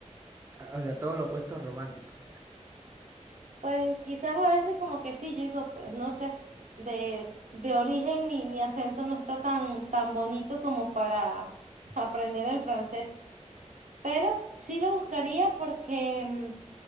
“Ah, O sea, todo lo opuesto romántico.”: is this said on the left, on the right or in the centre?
Right